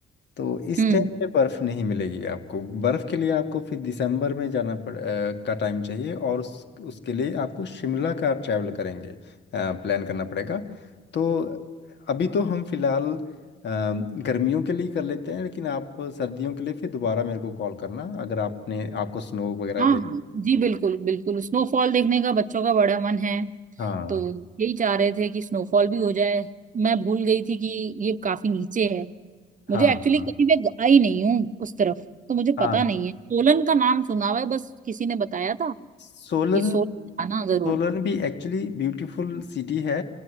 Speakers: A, on the left; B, on the right.
A: तो इस
B: हम्म
A: टाइम पे बर्फ नहीं मिलेगी आपको बर्फ के लिए आपको फिर दिसंबर में जाना पड़ अ, का टाइम चाहिए और उस, उसके लिए आपको शिमला का ट्रैवल करेंगे प्लान करना पड़ेगा तो अभी तो हम फिलहाल अ, गर्मियों के लिए कर लेते हैं लेकिन आप सर्दियों के लिए फिर दोबारा मेरे को कॉल करना अगर आपने आपको स्नो वगैरह
B: हाँ
A: देख
B: हाँ जी बिल्कुल बिल्कुल स्नोफॉल देखने का बच्चों का बड़ा मन है
A: हाँ
B: तो यही चाह रहे थे कि स्नोफॉल भी हो जाए मैं भूल गई थी कि ये काफी नीचे है मुझे
A: हाँ
B: एक्चुअली
A: हाँ
B: कभी मैं आई नहीं हूँ उस तरफ तो मुझे
A: हाँ
B: पता नहीं है सोलन का नाम सुना हुआ है बस किसी ने बताया था
A: सोलन
B: कि सोलन आना जरूर
A: सोलन भी एक्चुअली ब्यूटीफुल सिटी है